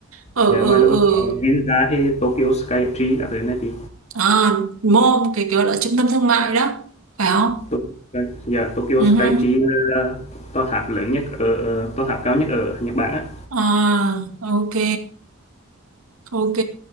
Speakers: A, on the right (about 80°); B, on the left (about 30°).
A: Ở
B: dạ,
A: ở
B: ngoài ra
A: ở
B: còn Ginza thì Tokyo Sky Tree các thứ này chị.
A: à, mall cái cái gọi là trung tâm thương mại đó, phải không?
B: Tokyo Sky, dạ, Tokyo
A: Ừ
B: Sky
A: hứ.
B: Tree là tòa tháp lớn nhất ở, ở tòa tháp cao nhất ở Nhật Bản á.
A: À, ok, ok.